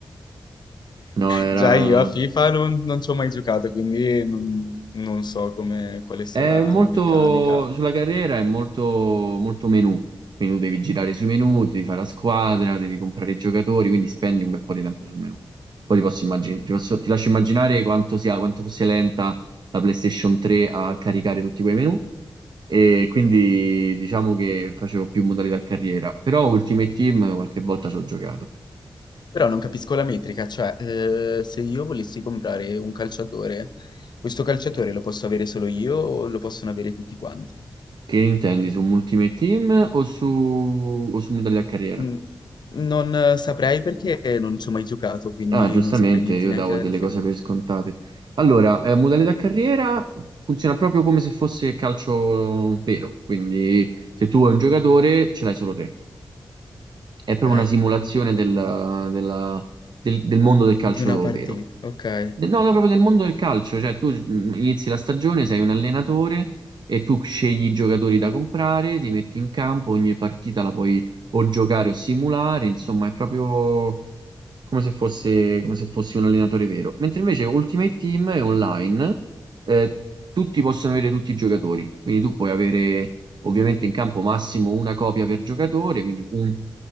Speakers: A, on the right; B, on the left.
A: No, era...
B: Già io a FIFA non, non ci ho mai giocato, quindi non, non so come, quale sia
A: È
B: la,
A: molto
B: la meccanica.
A: sulla carriera è molto, molto menu, quindi tu devi girare sui menu, ti devi fare la squadra, devi comprare i giocatori, quindi spendi un bel po' di tempo sul menu. Poi ti posso immaginare, ti posso- ti lascio immaginare quanto sia, quanto fosse lenta la PlayStation 3 a caricare tutti quei menu e quindi diciamo che facevo più modalità carriera, però Ultimate Team qualche volta ci ho giocato.
B: Però non capisco la metrica, cioè eh, se io volessi comprare un calciatore, questo calciatore lo posso avere solo io o lo possono avere tutti quanti?
A: Che intendi su Ultimate Team o su, o su modalità carriera?
B: Mm, Non eh, saprei perché non ci ho mai giocato, quindi
A: Ah, giustamente,
B: non saprei dirti
A: io
B: neanche
A: davo
B: la
A: delle
B: differenza.
A: cose per scontate. Allora, eh, modalità carriera funziona proprio come se fosse calcio vero, quindi se tu hai un giocatore ce l'hai solo te. È proprio
B: Ok,
A: una simulazione del, della- del- del mondo del calcio
B: di una partita,
A: vero.
B: ok.
A: No, no, proprio del mondo del calcio, cioè tu mh, inizi la stagione, sei un allenatore e tu scegli i giocatori da comprare, li metti in campo, ogni partita la puoi o giocare o simulare, insomma è proprio come se fosse, come se fossi un allenatore vero. Mentre invece Ultimate Team è online, eh, tutti possono avere tutti i giocatori, quindi tu puoi avere ovviamente in campo massimo una copia per giocatore, quindi un